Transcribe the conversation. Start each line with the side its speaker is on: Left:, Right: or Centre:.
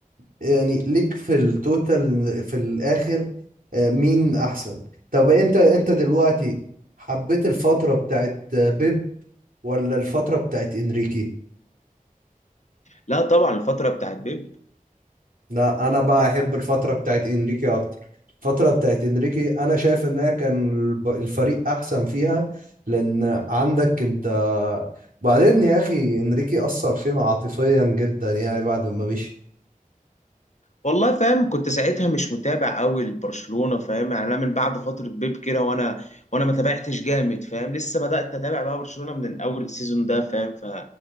Right: يعني ليك في التوتال في الاخر آه، مين احسن طب انت انت دلوقتي حبيت الفترة بتاعت آه، بيب ولا الفترة بتاعت انريكي
Left: لا طبعا الفترة بتاعت بيب
Right: لا انا بقى احب الفترة بتاعت انريكي اكتر الفترة بتاعت انريكي انا شايف انها كان الب- الفريق احسن فيها لان عندك انت بعدين يا اخي انريكي اثر فينا عاطفيا جدا يعني بعد ما مشي
Left: والله فاهم كنت ساعتها مش متابع قوي لبرشلونة فاهم يعني انا من بعد فترة بيب كده وانا وانا ما تابعتش جامد فاهم لسه بدأت اتابع بقى برشلونة من اول السيزون ده فاهم ف